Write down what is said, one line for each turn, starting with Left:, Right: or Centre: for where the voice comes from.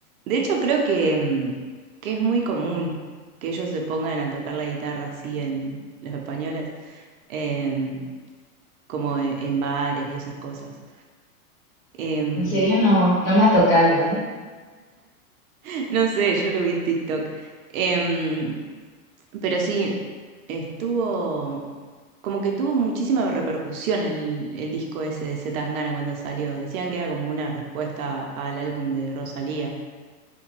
Right: de hecho, creo que, em, que es muy común que ellos se pongan a tocar la guitarra así en los españoles, em, como e- en bares y esas cosas. Em,
Left: En serio, no, no me ha tocado, ¿eh?
Right: <laughs> No sé, yo lo vi en TikTok. Em, pero sí, estuvo. Como que tuvo muchísima repercusión el, el disco ese de C. Tangana cuando salió. Decían que era como una respuesta al álbum de Rosalía.